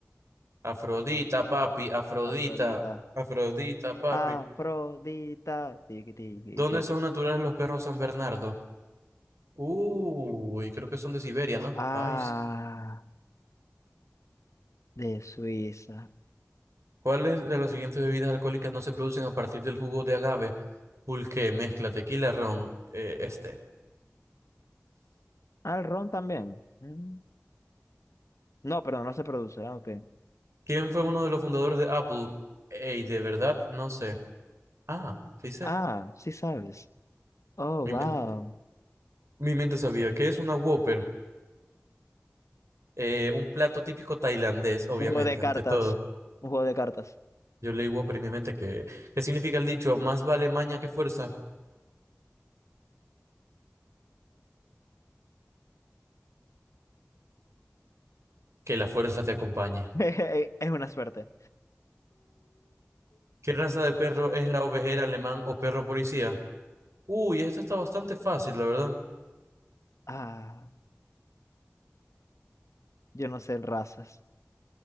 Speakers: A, on the right (about 70°); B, on the left (about 85°).
A: Afrodita, papi, Afrodita,
B: Afrodita.
A: Afrodita, papi.
B: Afrodita, tiki tiki
A: ¿Dónde
B: tiki.
A: son naturales los perros San Bernardo? Uy, creo que son de Siberia, ¿no?
B: Ah,
A: Ay, sí.
B: de Suiza.
A: ¿Cuáles de las siguientes bebidas alcohólicas no se producen a partir del jugo de agave? Pulque, mezcla, tequila, ron, eh, este.
B: Ah, el ron también. Mm. No, pero no se produce. Ah, ok.
A: ¿Quién fue uno de los fundadores de Apple? Ey, de verdad, no sé. Ah, sí sé.
B: Ah, sí sabes. Oh,
A: Mi,
B: wow.
A: men- mi mente sabía. ¿Qué es una Whopper? Eh, un plato típico tailandés, obviamente,
B: Un juego de cartas.
A: ante todo.
B: Un juego de cartas.
A: Yo leí Whopper en mi mente que... ¿Qué significa el dicho? Más vale maña que fuerza, que la fuerza te acompañe.
B: <laughs> Es una suerte.
A: ¿Qué raza de perro es la ovejera alemán o perro policía? Uy, esto está bastante fácil, la verdad.
B: Ah, yo no sé en razas.